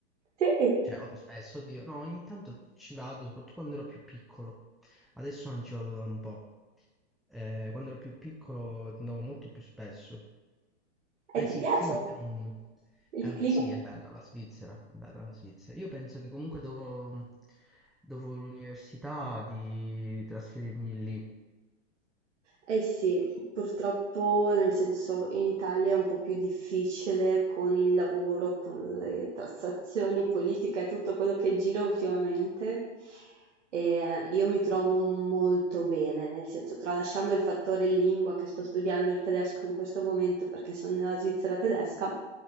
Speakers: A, on the right; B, in the centre.
A: Sì.
B: cioè vado spesso, oddio, no, ogni tanto ci vado, soprattutto quando ero più piccolo. Adesso non ci vado da un po'. Eh, quando ero più piccolo andavo molto più spesso. Eh
A: E ti
B: sì, il
A: piace
B: clima a me non...
A: il
B: Eh
A: clima?
B: beh, sì, è bella la Svizzera, è bella la Svizzera. Io penso che comunque dopo, dopo l'università di trasferirmi lì.
A: Eh sì, purtroppo nel senso in Italia è un po' più difficile con il lavoro, con le tassazioni, politica e tutto quello che gira ultimamente. E eh, io mi trovo molto bene, nel senso, tralasciando il fattore lingua che sto studiando il tedesco in questo momento perché sono nella Svizzera tedesca,